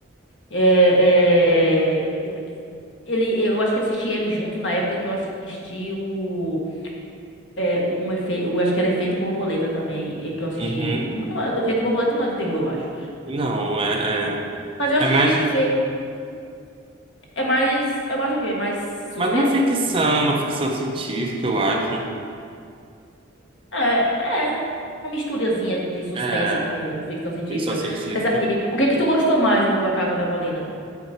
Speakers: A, on the left (about 70°); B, on the right (about 25°).
A: É, é, ele, eu acho que assisti ele junto na época que eu assisti o, é, um efeito, eu acho que era Efeito Borboleta também, é, que eu assisti,
B: Uhum.
A: não, não, Efeito Borboleta não é de terror, eu acho.
B: Não, é, é,
A: Mas eu assisti
B: é mais,
A: meio, é mais, é mais o quê? É mais suspense?
B: mais uma ficção, uma ficção científica, eu acho.
A: É, é uma misturazinha de suspense
B: É,
A: com ficção científica.
B: ficção científica.
A: Mas aí, o que que tu gostou mais do A Casa da Colina?